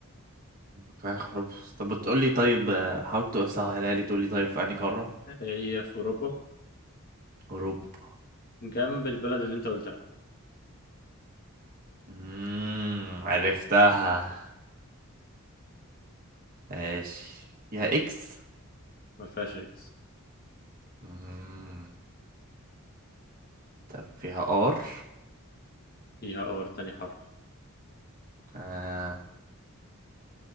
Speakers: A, on the right; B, on the left.
A: فيها حروف طب بتقولي طيب آه، حاول تسهلها لي تقولي طيب في انهي قارة
B: هي في أوروبا
A: اوروبا
B: جنب البلد اللي أنت قلتها
A: امم عرفتها ماشي فيها اكس
B: ما فيهاش إكس
A: امم طب فيها ار
B: فيها آر تاني حرف
A: آه